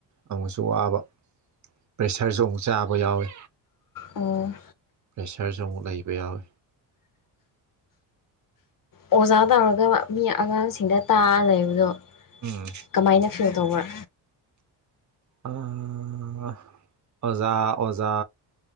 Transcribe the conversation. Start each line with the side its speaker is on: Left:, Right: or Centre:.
Right: ꯑꯃꯨꯛꯁꯨ ꯋꯥꯕ ꯄ꯭ꯔꯦꯁꯔꯁꯨ ꯑꯃꯨꯛ ꯆꯥꯕ ꯌꯥꯎꯋꯤ
Left: ꯑꯣ
Right: ꯄ꯭ꯔꯦꯁꯔꯁꯖꯨ ꯑꯃꯨꯛ ꯂꯩꯕ ꯌꯥꯎꯋꯤ
Left: ꯑꯣꯖꯥ ꯇꯧꯔꯒ ꯃꯤ ꯑꯉꯥꯡꯁꯤꯡꯗ ꯇꯥꯛꯑ ꯂꯩꯕꯗꯣ
Right: ꯎꯝ
Left: ꯀꯃꯥꯏꯅ ꯐꯤꯜ ꯇꯧꯕ꯭ꯔꯥ
Right: ꯑꯥ ꯑꯣꯖꯥ ꯑꯣꯖꯥ